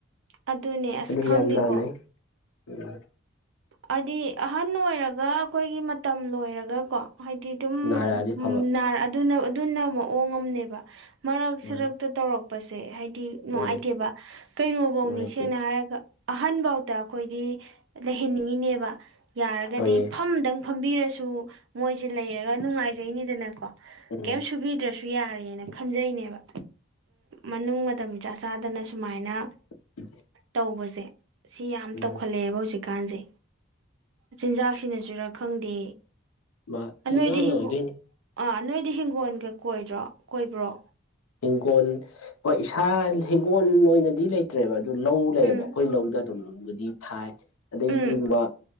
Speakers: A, on the right; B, on the left.
A: ꯑꯗꯨꯅꯦ ꯑꯁ
B: <unintelligible>
A: ꯈꯪꯗꯦꯀꯣ ꯍꯥꯏꯗꯤ ꯑꯍꯟ ꯑꯣꯏꯔꯒ ꯑꯩꯈꯣꯏꯒꯤ ꯃꯇꯝ ꯂꯣꯏꯔꯒꯀꯣ ꯍꯥꯏꯗꯤ ꯑꯗꯨꯝ
B: ꯅꯥꯔꯛꯑꯗꯤ ꯐꯕ
A: ꯅꯥꯔ ꯑꯗꯨꯅ ꯑꯗꯨꯅ ꯃꯑꯣꯡꯉꯝꯅꯦꯕ ꯃꯔꯛ
B: ꯎꯝ
A: ꯁꯔꯛ ꯇꯧꯔꯛꯄꯁꯦ ꯍꯥꯏꯗꯤ ꯅꯨꯡꯉꯥꯏꯇꯦꯕ
B: ꯍꯣꯏꯌꯦ
A: ꯀꯩꯅꯣꯐꯧꯅꯤ
B: ꯅꯨꯡꯉꯥꯏꯇꯦ
A: ꯁꯦꯡꯅ ꯍꯥꯏ ꯍꯥꯏꯔꯒ ꯑꯍꯟ ꯐꯥꯎꯗ ꯑꯩꯈꯣꯏꯗꯤ ꯂꯩꯍꯟꯅꯤꯡꯉꯤꯅꯦꯕ ꯌꯥꯔꯒꯗꯤ
B: ꯍꯣꯏꯌꯦ
A: ꯐꯝꯗꯪ ꯐꯝꯕꯤꯔꯁꯨ ꯃꯣꯏꯁꯦ ꯂꯩꯔꯒ ꯅꯨꯡꯉꯥꯏꯖꯩꯅꯤꯗꯅꯀꯣ
B: ꯎꯝ
A: ꯀꯩꯝ ꯁꯨꯕꯤꯗ꯭ꯔꯁꯨ ꯌꯥꯔꯦꯅ ꯈꯟꯖꯩꯅꯦꯕ ꯃꯅꯨꯡ ꯃꯇꯝꯆꯥ ꯆꯥꯗꯅ ꯁꯨꯃꯥꯏꯅ
B: <unintelligible>
A: ꯇꯧꯕꯁꯦ ꯁꯤ ꯌꯥꯝ
B: ꯎꯝ
A: ꯇꯧꯈꯠꯂꯛꯑꯦꯕ ꯍꯧꯖꯤꯛ ꯀꯥꯟꯁꯦ ꯆꯤꯟꯖꯥꯛꯁꯤꯅ ꯆꯔꯥ ꯈꯪꯗꯦ
B: ꯃꯥ ꯆꯤꯟꯖꯥꯛꯅ
A: ꯅꯣꯏꯗꯤ ꯍꯤꯡꯒꯣꯟ
B: ꯑꯣꯏꯗꯣꯏꯅꯤ
A: ꯑꯥ ꯅꯣꯏꯗꯤ ꯍꯤꯡꯒꯣꯜꯒ ꯀꯣꯏꯗ꯭ꯔꯣ ꯀꯣꯏꯕ꯭ꯔꯣ
B: ꯍꯤꯡꯒꯣꯜ ꯍꯣꯏ ꯏꯁꯥ ꯍꯤꯡꯒꯣꯜ ꯑꯣꯏꯅꯗꯤ ꯂꯩꯇ ꯠꯇ꯭ꯔꯦꯕ ꯑꯗꯨ ꯂꯧ ꯂꯩꯌꯦꯕ
A: ꯎꯝ
B: ꯑꯩꯈꯣꯏ ꯂꯧꯗ ꯑꯗꯨꯝꯕꯨꯗꯤ ꯊꯥꯏ ꯑꯗꯩꯒꯨꯝꯕ
A: ꯎꯝ